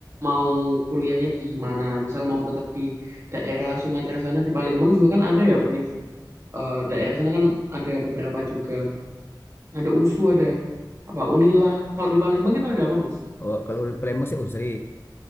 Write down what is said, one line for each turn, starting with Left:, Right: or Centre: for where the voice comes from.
Right: mau kuliahnya di mana. Misal mau tetap di daerah Sumatera sana di Palembang juga kan ada ya univ eh, daerah sana kan ada beberapa juga. Ada USU, ada apa Unila. Kalau di Palembang itu ada apa Mas?
Left: Oh, kalau di Palembang sih Unsri.